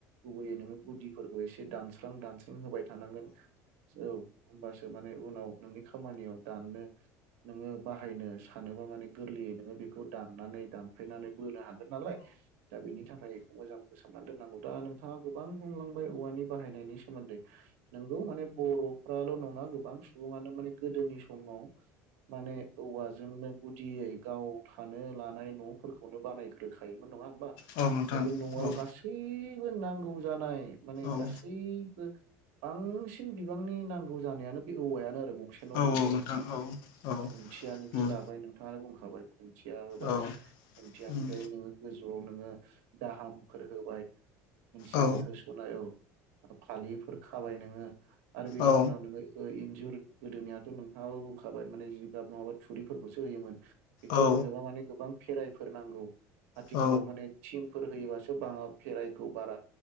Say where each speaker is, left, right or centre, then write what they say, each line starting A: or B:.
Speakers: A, on the right; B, on the left.
A: गुबैयै नोङो गुदिफोरखौ एसे दानस्रां दानस्रां होबाय। थानांगोन औ होमबासो माने उनाव नोंनि खामानियाव दाननो। नोङो बाहायनो सानोबा माने गोरलैयै नोङो बेखौ दाननानै दानफायनानै बो नो हागोन नालाय दा बेनि थाखाय बेखौ मोजां फोसाब ना दोननांगौ दा नोंथाङा गोबां बुंलांबाय औवानि बाहायनायनि सोमोन्दै नोंगौ माने बर' फ्राल' नङा गोबां सुबुङानो माने गोदोनि समाव माने औवाजोंनो गुदियै गाव थानो लानाय न'फोरखौनो बानायग्रोखायोमोन नङा। होमबा
B: औ नोंथां
A: दा बे न'आव
B: औ
A: गासैबो नांगौ जानाय। माने
B: औ
A: गासैबो बांसिन बिबांनि नांगौ जानायानो बे औवायानो आरो। गंसे न'
B: औ
A: लुनोबा
B: नोंथां
A: नङा होमबा
B: औ औ
A: खुन्थियानिफ्राय
B: उम
A: लाबाय नोंथाङानो बुंखाबाय। खुन्थिया होबाय
B: औ
A: खुन्थियानिफ्राय
B: उम
A: नोङो गो जौआव नोङो दाहामफोर होबाय मोनसे
B: औ
A: होस'नाय‌ औ। फालिफोर खाबाय नोङो आरो बिनि
B: औ
A: उनाव नोङो इन्जुर गोदोनियाथ' नो थाङाबो बुंखाबाय माने जिगाब नङाबा थुरिफोरखौसो होयोमोन बेखौ
B: औ
A: होनोबा माने गोबां फेराइफोर नांगौ आथिखालाव
B: औ
A: माने थिं फोर होयोबासो बाङा भेराइखौ बारा